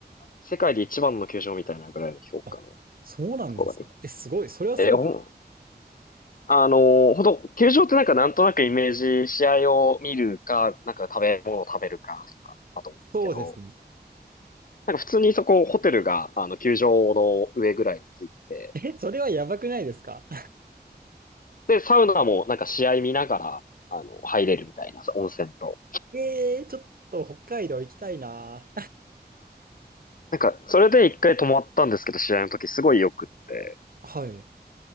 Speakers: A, on the left; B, on the right.
A: 世界で一番の球場みたいなぐらいの評価のと
B: あ、そうなんですか。
A: ころができて。
B: え、すごい。それはすごい。
A: えーほん、あのーほんと、球場ってなんかなんとなくイメージ、試合を見るか、なんか食べ物を食べるかとかだと思うんですけど、
B: そうですね。
A: なんか普通にそこ、ホテルが、あの、球場の上ぐらいについてて、
B: え、それはやばくないですか
A: で、サウナもなんか試合見ながら、あの、入れるみたいな、温泉と。
B: <laughs> えー、ちょっと北海道行きたいな。
A: なんか、それで一回泊まったんですけど、試合の時すごい良くって。
B: <laughs> はい。